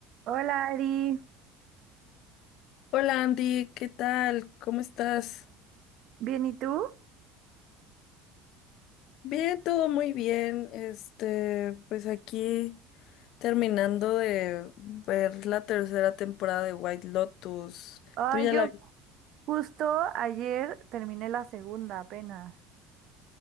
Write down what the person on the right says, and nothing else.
Hola Ari,
¿bien y tú?
Ay,
yo
justo ayer terminé la segunda apenas.